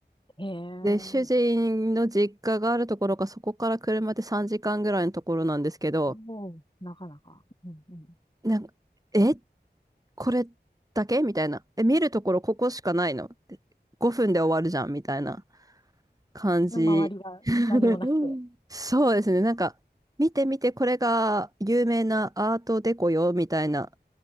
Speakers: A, on the left; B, on the right.
A: へえ、
B: で、主人の実家があるところがそこから車で3時間ぐらいのところなんですけど、
A: もう、なかなか。うんうん。
B: なんか、え、これだけみたいな。え、見るところここしかないのっ ?5 分で終わるじゃんみたいな。感じ。
A: の周りが何もなくて。
B: <laughs> そうですね。なんか、見て見て、これが有名なアートデコよ、みたいな